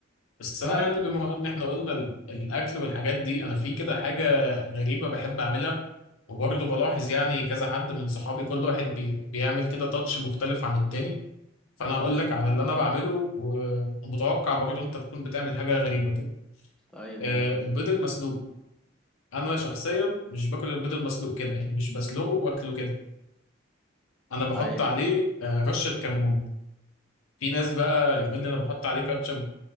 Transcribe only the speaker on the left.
بس أنا
يعني بما إن إحنا قلنا ال- الأكل والحاجات دي أنا في كده حاجة غريبة بحب أعملها وبرضه بلاحظ يعني كذا حد من صحابي كل واحد بي... بيعمل كده تاتش مختلف عن التاني فأنا هقول لك على اللي أنا بعمله ومتوقع برضه أنت تكون بتعمل حاجة غريبة كده
آه،
البيض المسلوق انا شخصيا مش باكل البيض المسلوق كده يعني مش بسلقه واكله كده انا بحط
عليه آه، رشه كمون في ناس بقى يقول لي انا بحط عليه كاتشب